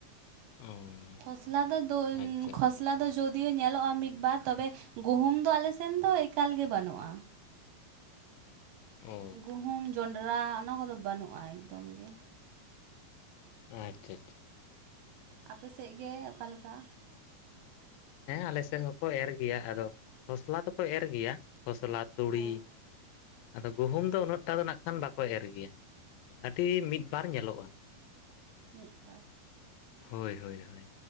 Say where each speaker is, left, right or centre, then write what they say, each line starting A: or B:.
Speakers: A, on the left; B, on the right.
A: ᱚ᱾
B: ᱠᱷᱚᱥᱞᱟ ᱫᱚ <unintelligible>
A: ᱟᱪᱪᱷᱟ ᱟᱪᱪᱷᱟ
B: ᱠᱷᱚᱥᱞᱟ ᱫᱚ <unintelligible> ᱡᱳᱫᱤᱭᱳ ᱧᱮᱞᱚᱜᱼᱟ ᱢᱤᱫ ᱵᱟᱨ ᱛᱚ ᱵᱮ ᱜᱩᱦᱩᱢ ᱫᱚ ᱟᱞᱮ ᱥᱮᱱ ᱫᱚ ᱮᱠᱟᱞ ᱜᱮ ᱵᱟᱹᱱᱩᱜᱼᱟ᱾
A: ᱚ᱾
B: ᱜᱩᱦᱩᱢ ᱡᱚᱸᱱᱰᱨᱟ ᱚᱱᱟ ᱠᱚᱫᱚ ᱵᱟᱹᱱᱩᱜᱼᱟ ᱮᱠᱫᱚᱢ ᱜᱮ᱾
A: ᱟᱪᱪᱷᱟ ᱟᱪᱪᱷᱟ᱾
B: ᱟᱯ ᱥᱮᱡ ᱜᱮ ᱚᱠᱟ ᱞᱮᱠᱟ?
A: ᱦᱮᱸ ᱟᱞᱮ ᱥᱮᱱ ᱦᱚᱸᱠᱚ ᱮᱨ ᱜᱮᱭᱟ ᱟᱫᱚ ᱠᱷᱚᱥᱞᱟ ᱫᱚᱠᱚ ᱮᱨ ᱜᱮᱭᱟ ᱠᱷᱚᱥᱞᱟ ᱛᱩᱲᱤ᱾
B: ᱦᱮᱸ
A: ᱟᱫᱚ ᱜᱩᱦᱩᱢ ᱫᱚ ᱩᱱᱟᱹᱜ ᱴᱟ ᱫᱚ ᱱᱟᱜ ᱠᱷᱟᱱ ᱵᱟᱠᱚ ᱮᱨ ᱜᱮᱭᱟ᱾ ᱟᱹᱰᱤ ᱢᱤᱫ ᱵᱟᱨ ᱧᱮᱞᱚᱜ-ᱟ᱾
B: ᱢᱤᱫ ᱵᱟᱨ
A: ᱦᱳᱭ ᱦᱳᱭ ᱦᱚᱭ